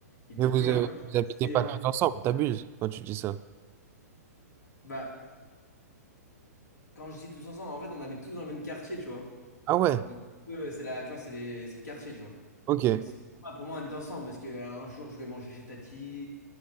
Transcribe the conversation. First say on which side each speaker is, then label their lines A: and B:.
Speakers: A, on the left; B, on the right.
A: Et du
B: Mais vous,
A: coup, j'ai
B: euh,
A: un peu cet
B: vous habitez
A: aspect.
B: pas tous ensemble, t'abuses quand tu dis ça.
A: Bah, quand je dis tous ensemble, en fait, on habite tous dans le même quartier, tu vois.
B: Ah ouais,
A: Donc, eux, c'est la, tu vois, c'est les- c'est le quartier, tu vois.
B: ok.
A: Donc, c'est pour moi, pour moi, on est ensemble parce que euh, un jour, je vais manger chez Tati,